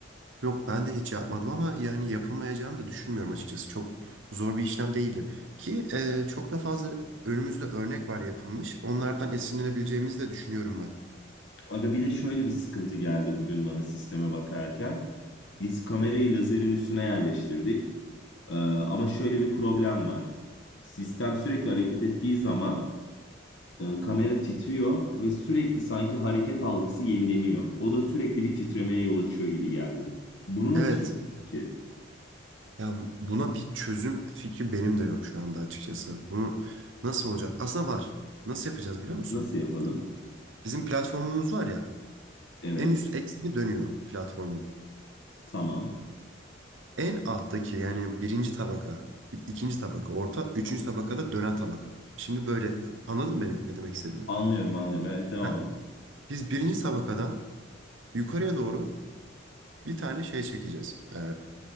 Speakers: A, on the right; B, on the left.
A: yok ben de hiç yapmadım ama yani yapılmayacağını da düşünmüyorum açıkçası. Çok zor bir işlem değildir. Ki eee, çok da fazla önümüzde örnek var yapılmış. Onlardan esinlenebileceğimizi de düşünüyorum ben.
B: Aga bir de şöyle bir sıkıntı geldi bugün bana sisteme bakarken. Biz kamerayı lazerin üstüne yerleştirdik. Ee, ama şöyle bir problem var. Sistem sürekli hareket ettiği zaman e, kamera titriyor ve sürekli sanki hareket algısı yenileniyor. O da sürekli bir titremeye yol açıyor gibi geldi. Bunu nasıl
A: Evet.
B: çözeceğiz ki?
A: Ya buna bir çözüm fikri benim de yok şu anda açıkçası. Bunu nasıl olacak? Aslında var. Nasıl yapacağız biliyor musun?
B: Nasıl yapalım?
A: Bizim platformumuz var ya.
B: Evet,
A: En üst ekseni dönüyor platformun.
B: tamam.
A: En alttaki yani birinci tabaka, ikinci tabaka, orta, üçüncü tabakada dönen tabaka. Şimdi böyle anladın mı beni ne demek istediğimi?
B: Anlıyorum, anlıyorum. Evet, devam
A: Heh.
B: et.
A: Biz birinci tabakadan yukarıya doğru bir tane şey çekeceğiz. Ee,